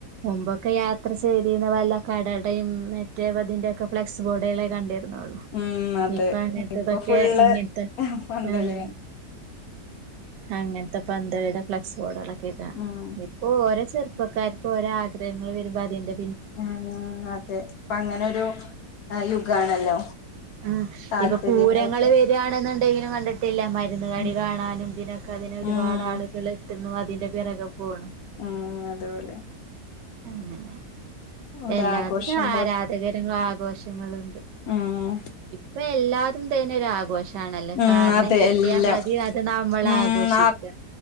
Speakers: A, on the right; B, on the left.
A: മുമ്പൊക്കെ യാത്ര ചെയ്തിന്ന വല്ല കടെടയും മറ്റേവതിന്റെക്കെ ഫ്ലെക്സ് ബോർഡുകളെ കണ്ടി രുന്നോള്ള്
B: ഉം അതെ
A: ഇപ്പ അങ്ങനത്തതൊക്കെ
B: ഇപ്പൊ ഫുള്ള്
A: ഇങ്ങനത്തെ
B: പന്തളിയാണ്
A: ആഹ് അങ്ങ ത്ത ഇ പന്ടെ ഫ്ലക്സ് ബോർഡുകള കേൾക്കാണ്
B: ഉം
A: ഇപ്പോ ഓരോ ചെറുപ്പക്കാർക്ക് ഓരോ ആഗ്രഹങ്ങള് വരുമ്പോ അതി്ന്റെ
B: ഉം അതെ ഇപ്പൊ അങ്ങനൊരു യുഗാണല്ലോ
A: ഉം
B: താല്പര്യങ്ങൾക്ക്
A: ഇപ്പൊ പൂരങ്ങള് വരികാണെന്നുണ്ടെങ്കി ഞാനും കണ്ടിട്ടില്ല മരുന്ന് കടി
B: ഉം
A: കാണാനും പിന്നൊക്കെ അതിനൊരുപാടാളുകള്
B: ഉം
A: തിന്നു അതിന്റെ പിറക പോണം
B: ഉം അതുപോലെ
A: അങ്ങനെ
B: ഒരാഘോഷം
A: എല്ലാത്തിനും ആരാധകരും ആഘോഷങ്ങള്
B: മ്മ്
A: ഇപ്പോ എല്ലാതും തന്നൊരു ആഘോഷം ണല്ലോ
B: ഉം
A: കാരണം
B: അതെ
A: കിട്ടിയാൽ
B: എല്ലാം
A: മതി അത് നമ്മള്
B: ഉം
A: ആഘോഷിക്ക